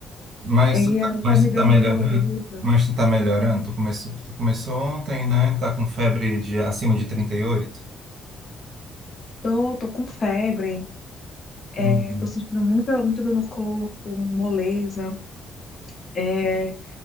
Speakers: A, on the right; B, on the left.
A: Mas
B: E
A: tu tá,
B: aí
A: mas
B: tá me
A: tu
B: dando
A: tá melhorando?
B: moleza.
A: Mas tu tá melhorando? Tu começou, tu começou ontem, né? Tá com febre de acima de 38?
B: Tô, tô com febre, é,
A: Uhum.
B: tô sentindo muita, muita dor no corpo, moleza. É,